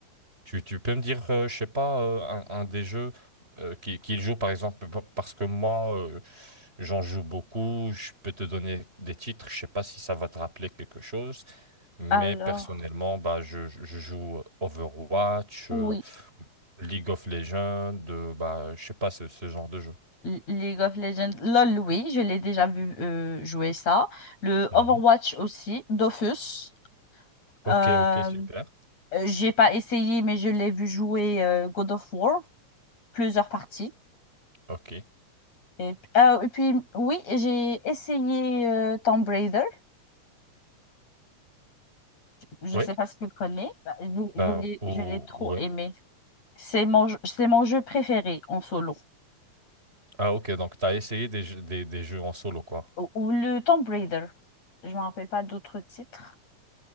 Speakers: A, on the right; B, on the left.
A: Tu, tu peux me dire, euh, je sais pas, euh, un, un des jeux euh, qu'il qu'il joue, par exemple, pa- parce que moi, euh, J'en joue beaucoup, je peux te donner des titres, je sais pas si ça va te rappeler quelque chose, mais
B: Alors,
A: personnellement, bah, je, je joue Overwatch,
B: oui.
A: euh, League of Legends, euh, bah, je sais pas ce, ce genre de jeu.
B: L- League of Legends, LOL, oui, je l'ai déjà vu euh, jouer ça. Le
A: Mhm.
B: Overwatch aussi, Dofus.
A: Ok,
B: Euh,
A: ok, super.
B: euh, j'ai pas essayé, mais je l'ai vu jouer euh, God of War. plusieurs parties.
A: Ok.
B: Et, ah, et puis, oui, j'ai essayé euh, Tomb Raider. Je
A: Oui,
B: sais pas si tu le connais. Bah, Je,
A: bah,
B: je l'ai,
A: ou,
B: je l'ai trop
A: ouais.
B: aimé. C'est mon, jeu- c'est mon jeu préféré en solo.
A: Ah, ok, donc tu as essayé des, jeux- des, des jeux en solo, quoi.
B: Ou, ou le Tomb Raider. Je me rappelle pas d'autres titres.